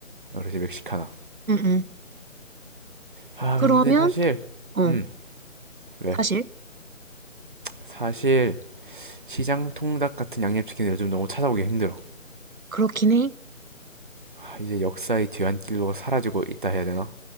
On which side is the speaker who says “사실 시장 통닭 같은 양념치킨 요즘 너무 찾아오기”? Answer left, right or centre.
Right